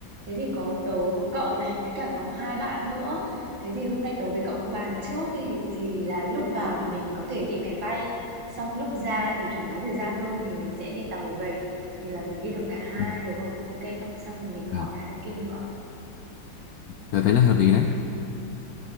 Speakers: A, on the right; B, on the left.
A: Thế thì có tớ, có cậu này, với cả có 2 bạn nữa. Thế thì hôm nay tớ với cậu cứ bàn trước đi thì thì là lúc vào này mình có thể đi máy bay, xong lúc ra thì thoải mái thời gian hơn thì mình sẽ đi tàu về. Thì là mình đi được cả hai
B: Ừ.
A: được không? OK không? Xong rồi mình hỏi
B: À,
A: hai đứa kia nữa.
B: tớ thấy là hợp lý đấy.